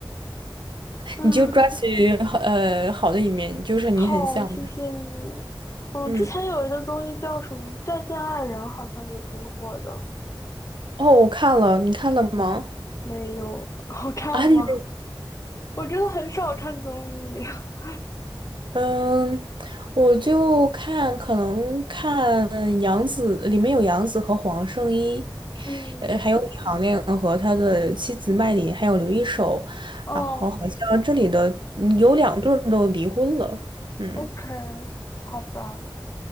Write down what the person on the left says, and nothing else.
嗯，
好，谢谢你。嗯，
之前有一个综艺叫什么《再见爱人》，好像也挺火的。
没有，<laughs> 好看吗？
我真的很少看综艺。<laughs>
嗯，
哦
，OK，好吧，